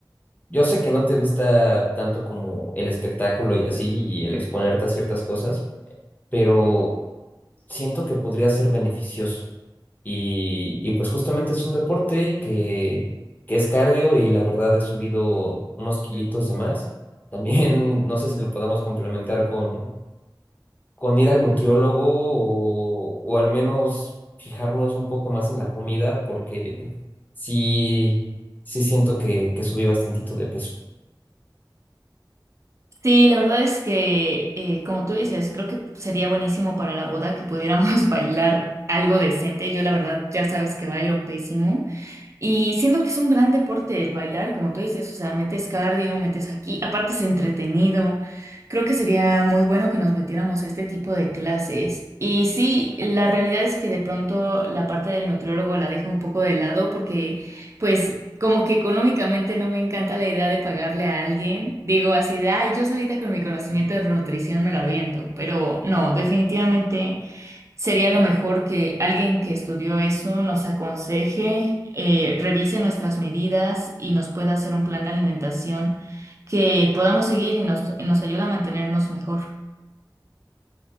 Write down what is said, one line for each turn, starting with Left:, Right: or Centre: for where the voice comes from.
Left: yo sé que no te gusta tanto como el espectáculo y así, y el exponerte a ciertas cosas, pero siento que podría ser beneficioso. Y, y pues justamente es un deporte que, que es cardio y la verdad he subido unos kilitos de más. También <laughs> no sé si lo podamos complementar con con ir al nutriólogo o, o al menos fijarnos un poco más en la comida, porque sí, sí siento que, que subí bastantito de peso.
Right: Sí, la verdad es que, eh, como tú dices, creo que sería buenísimo para la boda que pudiéramos <laughs> bailar algo decente. Yo, la verdad, ya sabes que bailo pésimo. Y siento que es un gran deporte el bailar, como tú dices, o sea, metes cardio, metes aquí, aparte es entretenido. Creo que sería muy bueno que nos metiéramos a este tipo de clases. Y sí, la realidad es que de pronto la parte del nutriólogo la dejo un poco de lado porque, pues, como que económicamente no me encanta la idea de pagarle a alguien. Digo así de, ay, yo solita con mi conocimiento de nutrición me lo aviento, pero no, definitivamente. Sería lo mejor que alguien que estudió eso nos aconseje, eh, revise nuestras medidas y nos pueda hacer un plan de alimentación que podamos seguir y nos, y nos ayude a mantenernos mejor.